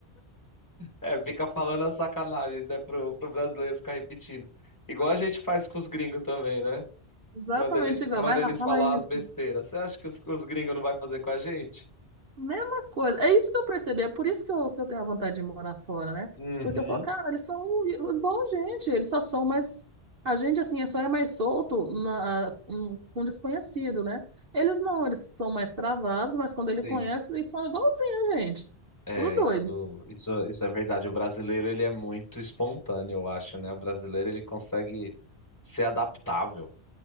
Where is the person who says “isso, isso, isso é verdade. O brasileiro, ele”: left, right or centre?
Left